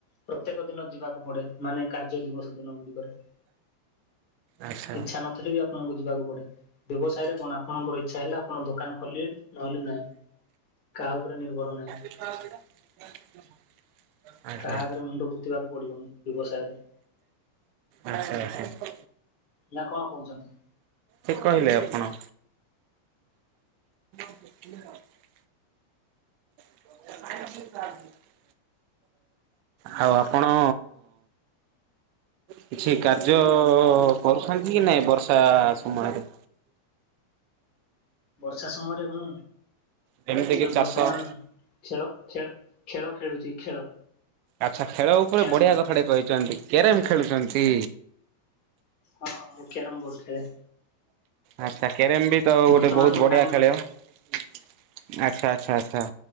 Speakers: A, on the left; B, on the right.
A: ପ୍ରତ୍ୟେକ ଦିନ ଯିବାକୁ ପଡେ ମାନେ କାର୍ଯ୍ୟ ଦିବସ ଦିନ ଗୁଡିକରେ
B: ଆଚ୍ଛା
A: ଇଛା ନଥିଲେ ବି ଆପଣଙ୍କୁ ଯିବାକୁ ପଡେ ବ୍ୟବସାୟରେ କଣ ଆପଣଙ୍କର ଇଛା ହେଲେ ଆପଣ ଦୋକାନ ଖୋଲିଲେ ନହେଲେ ନାହିଁ। କାହା ଉପରେ ନିର୍ଭର ନାହିଁ।
B: <unintelligible> <inaudible> ଆଜ୍ଞା।
A: କାହା ଆଗରେ ମୁଣ୍ଡ ପୋତିବାକୁ ପଡିବନି ବ୍ୟବସାୟରେ।
B: ଆଚ୍ଛା ଆଚ୍ଛା।
A: ନାଁ କଣ କୋହୁଚନ୍ତି।
B: ଠିକ୍ କହିଲେ ଆପଣ। <inaudible> <unintelligible> <inaudible> ଆଉ ଆପଣ କିଛି କାର୍ଯ୍ୟ କରୁଚନ୍ତି କି ନାଇଁ ବର୍ଷା ସମୟରେ?
A: ବର୍ଷା ସମୟରେ ମୁଁ
B: ଯେମିତି
A: ଏବେ
B: କିି ଚାଷ
A: ବର୍ତ୍ତମାନ ଖେଳ ଖେଳ ଖେଳ ଖେଳୁଚି ଖେଳ।
B: ଆଚ୍ଛା ଖେଳ ଉପରେ
A: କ୍ୟାରମ
B: ବଢିଆ କଥାଟେ କହିଚନ୍ତି କ୍ୟାରମ୍ ଖେଳୁଚନ୍ତି।
A: ହଁ ମୁଁ କ୍ୟାରମ୍ ବୋର୍ଡ ଖେଳେ।
B: ଆଚ୍ଛା କ୍ୟାରମ୍ ବି ତ ଗୋଟେ
A: ବର୍ତ୍ତମାନ
B: ବୋହୁତ
A: ମୁଁ
B: ବଢିଆ
A: ହାରିଗଲି।
B: ଖେଳ। ଆଚ୍ଛା ଆଚ୍ଛା ଆଚ୍ଛା।